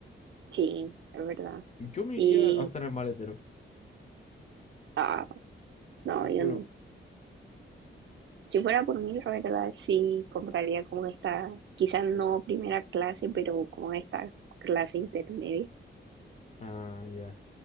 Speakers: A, on the right (about 70°); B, on the left (about 35°).
A: sí, es verdad.
B: Yo me
A: Y,
B: iría hasta en el maletero,
A: ah, no,
B: te juro.
A: yo no. Si fuera por mí, la verdad sí compraría como esta, quizás no primera clase, pero como esta clase intermedia,
B: Ah, ya.